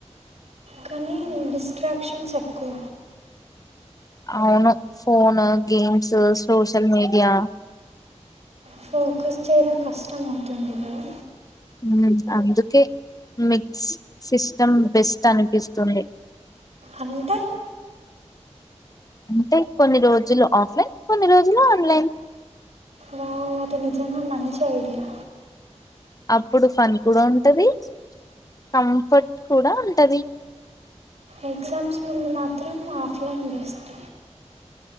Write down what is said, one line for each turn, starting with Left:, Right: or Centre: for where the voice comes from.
Right: కానీ డిస్ట్రాక్షన్స్ ఎక్కువ
Left: అవును phone, games, social media.
Right: Focus చేయడం కష్టం అవుతుంది. గాయ్
Left: ఉమ్ అందుకే మిక్స్, సిస్టమ్ బెస్ట్ అనిపిస్తుంది.
Right: అంటే
Left: అంటే కొన్ని రోజులు ఆఫ్లైన్, కొన్ని రోజులు ఆన్లైన్.
Right: వావ్ అది నిజాంగా మంచి ఐడియా.
Left: అప్పుడు ఫన్ కూడా ఉంటది. కంఫర్ట్ కూడా ఉంటది.
Right: ఎగ్జామ్స్ ముందు మాత్రం ఆఫ్లైన్ బెస్ట్.